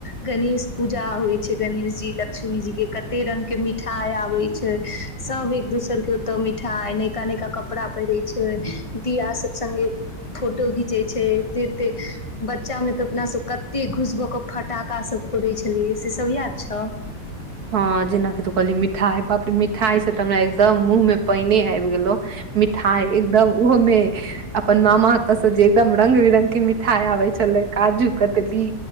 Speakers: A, on the left; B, on the right.
A: गणेश पूजा होय छै गणेश जी लक्ष्मी जी के कते रंग के मिठाई आबे छै सब एक दोसर के ओते मिठाई ने नयका नयका कपड़ा पहिरे छै दिया सब सगे फोटो घीचे छै एते एते बच्चा मे तऽ अपना सब कते खुश भऽ के फटाका सब फोड़े छलियै से सब याद छौ
B: हँ जेनााकि तू कहली मिठाई बाप रे मिठाई से तऽ हमरा एकदम मुह में पानने आबि गेलो मिठाई एकदम ओहोमे अपन मामा हत से जे एकदम रंग बिरंग के मिठाई आबे छलै काजू कतली